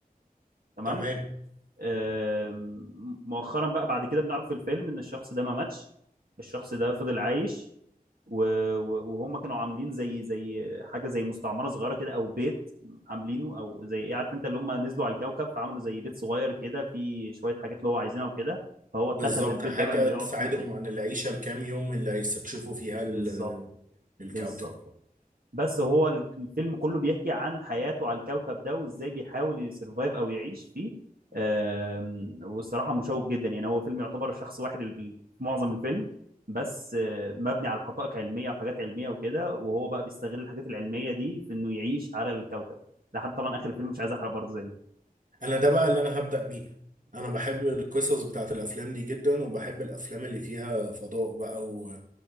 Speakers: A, on the right; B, on the right.
A: تمام
B: تمام
A: آم، مؤخرا بقى بعد كده بنعرف في الفيلم ان الشخص ده ما ماتش الشخص ده فضل عايش و- و- وهم كانوا عاملين زي زي حاجة زي مستعمرة صغيرة كده او بيت عاملينه او زي ايه عارف انت اللي هم نزلوا على الكوكب فعملوا زي بيت صغير كده فيه شوية حاجات اللي هو عايزينها وكده فهو اتخذ
B: بالظبط
A: البيت
B: حاجه
A: ده بقى انه
B: تساعدهم
A: يقعد فيه وكده
B: عن العيشه الكام يوم اللي هيستكشفوا فيها
A: بالظبط
B: ال- الكوكب
A: بالظبط بس هو ال- الفيلم كله بيحكي عن حياته على الكوكب ده وازاي بيحاول يسرفايف او يعيش فيه آم، والصراحه مشوق جدا يعني هو فيلم يعتبر شخص واحد اللي في ال- في معظم الفيلم بس آه، مبني على حقائق علميه وحاجات علميه وكده وهو بقى بيستغل الحاجات العلميه دي في انه يعيش على الكوكب لحد طبعا اخر الفيلم مش عايز احرق برضه زي ما-
B: انا ده بقى اللي انا هبدأ بيه انا بحب القصص بتاعت الافلام دي جدا وبحب الافلام اللي فيها فضاء بقى و...